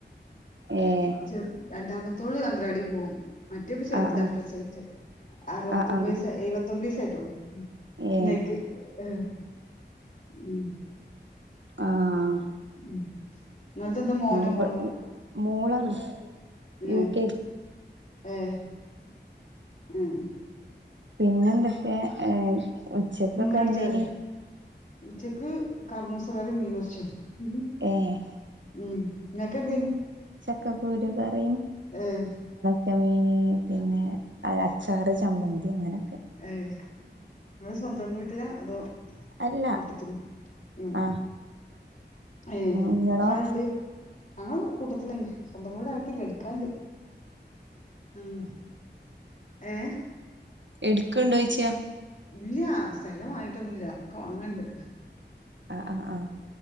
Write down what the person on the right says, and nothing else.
ഏഹ്
ആഹ് ആഹ്
ആഹ് ആഹ്
ഏഹ്
ആാാാ
ഇവ
മോളാണ്
യു
കെ ജി
പിന്നെ എന്തൊക്കെ ആഹ് ഉച്ചക്കൊക്കെ
എന്തേനി
ഏഹ്
ചക്ക കുരു കറിയും
ഒണക്ക മീന് പിന്നെ അച്ചാറ് ചമ്മന്തി അങ്ങനെ
അല്ല
ആഹ്
ഇങ്ങളോ
എടുക്കുണ്ടോ ചോയിച്ചെയാ
ആഹ് ആഹ് ആഹ്